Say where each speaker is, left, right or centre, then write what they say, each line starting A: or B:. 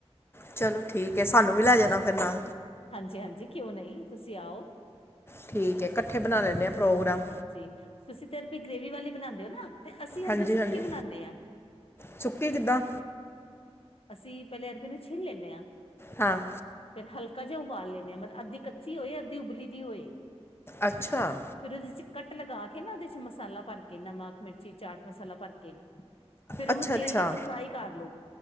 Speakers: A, on the left (about 20°); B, on the left (about 60°).
A: ਚਲੋ ਠੀਕ ਏ ਸਾਨੂੰ ਵੀ ਲੈ ਜਾਣਾ। ਹੇਨਾ?
B: ਹਾਂਜੀ-ਹਾਂਜੀ ਕਿਉਂ ਨਹੀਂ, ਤੁਸੀਂ ਆਓ,
A: ਠੀਕ ਹੈ ਇਕੱਠੇ ਬਣਾ
B: ਅੱਛਾ
A: ਲੈਂਦੇ ਆ ਪ੍ਰੋਗਰਾਮ
B: ਹਾਂਜੀ ਤੁਸੀਂ ਤੇਰ ਵੀ ਗ੍ਰੇਵੀ ਵਾਲੇ ਬਣਾਉਂਦੇ ਹੋ ਨਾ? ਤੇ ਅਸੀਂ ਅਰਬੀ
A: ਹਾਂਜੀ
B: ਸੁੱਕੀ
A: ਹਾਂਜੀ
B: ਬਨਾਨੇ ਹਾਂ।
A: ਸੁੱਕੀ ਕਿਦਾਂ
B: ਅਸੀਂ ਪਹਿਲੇ ਅਰਬੀ ਨੂੰ ਛਿੱਲ ਲੈਂਣੇ ਆ।
A: ਹਾਂ
B: ਫੇਿਰ ਹਲਕਾ ਜਿਹਾ ਉਬਾਲ ਲੈਂਦੇ ਆਾਂ ਮਤਲਬ ਅੱਧੀ ਕੱਚੀ ਹੋਏ ਅੱਧੀ ਉਬਲੀ ਦੀ ਹੋਏ।
A: ਅੱਛਾ
B: ਫਿਰ ਐਦੇ ਚ ਕੱਟ ਲਗਾ ਕੇ ਨਾ ਉਹਦੇ ਚ ਮਸਾਲਾ ਭਰ ਕੇ ਨਮਕ ਮਿਰਚੀ ਚਾਟ ਮਸਾਲਾ ਭਰ ਕੇ ਫਿਰ
A: ਅੱਛਾ
B: ਔਹਨੂੰ
A: ਅੱਛਾ
B: ਤੇਲ ਵਿੱਚ ਫਰਾਈ ਕਰ ਲਉ